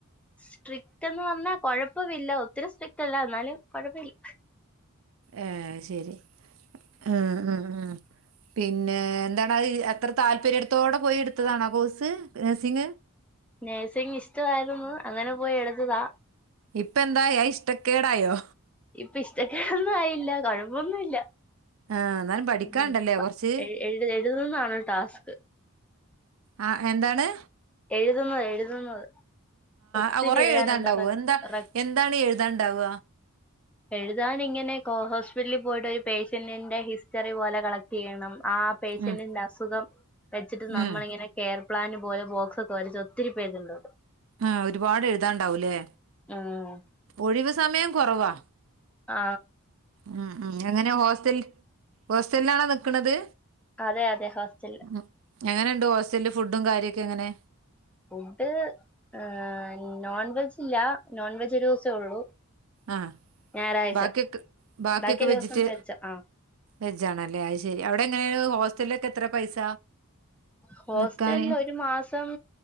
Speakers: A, in the centre; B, on the right (about 65°).
A: സ്ട്രിക്ട്ന്ന്പർഞ്ഞാ കൊഴപ്പമില്ല ഒത്തിരി സ്ട്രിക്ട്ല്ല ന്നാലും കൊഴപ്പില്ല
B: ഏ ശരി ഉം ഉം ഉം പിന്നെ എന്താണത് അത്ര താല്പര്യട്ത്തോടെ പോയെടുത്തതാണോ കോഴ്സ് നഴ്സിങ്
A: നഴ്സിങ് ഇഷ്ടമായിരുന്നു അങ്ങനെ പോയി എടുത്തതാ
B: ഇപ്പ എന്താ ഏ ഇഷ്ടക്കേടായോ
A: ഇപ്പ ഇഷ്ടക്കേടൊന്നായില്ല കൊഴപ്പൊന്നുല്ല
B: ആഹ് എന്നാലും പഠിക്കാണ്ടല്ലേ
A: ഉം പ
B: കൊറച്ച്
A: എഴ് എഴ് എഴുതുന്നാണ് ടാസ്ക്
B: ആ എന്താണ്
A: എഴുതുന്നത് എഴുതുന്നത് ഒത്തിരി
B: ആ കൊറേ
A: എഴുതാനുണ്ട്
B: എഴുതാണ്ടാവോ
A: റ
B: എന്താ
A: റ
B: എന്താണ് എഴുതാണ്ടാവ
A: എഴുതാനിങ്ങനെ കൊ ഹോസ്പിറ്റല് പോയിട്ടൊരു പേഷ്യന്നിന്റെ ഹിസ്റ്ററി പോലെ കളക്ട്യ്യണം ആ പേഷ്യന്നിന്റെ
B: ഉം
A: അസുഖം വെച്ചിട്ട് നമ്മളിങ്ങനെ
B: ഉം
A: കെയർ പ്ലാന് പോലെ ബോക്സൊക്കെ വരച്ച് ഒത്തിരിപേജുണ്ടത്
B: ആ ഒരുപാട് എഴുതാണ്ടാവൂല്ലേ
A: ഉം
B: ഒഴിവ് സമയം കൊറവാ
A: ആ
B: ഉം ഉം എങ്ങനെ ഹോസ്റ്റൽ ഹോസ്റ്റലിലാണോ നിക്ക്ണത്
A: അതെ അതെ ഹോസ്റ്റലില്
B: മ് എങ്ങനെയുണ്ട് ഹോസ്റ്റലില് ഫുഡും കാര്യക്കെങ്ങനെ
A: ഫുഡ് ഏ നോൺ വെജ് ഇല്ല നോൺ വെജ് ഒരു ദിവസേ ഉള്ളൂ
B: ആ
A: ഞായറാഴ്ച
B: ബാക്കിയൊക്കെ ബാക്കിയൊക്കെ
A: ബാക്കി എല്ലാ
B: വെജിറ്റ്
A: ദിവസം വെജ് ആ
B: വെജ ആണല്ലേ അയ് ശരി അവിടെ എങ്ങനെയ ഒരു ഹോസ്റ്റലില ഒക്കെ എത്ര പൈസ
A: ഹോസ്റ്റല
B: നിക്കാന്
A: ഒരു മാസം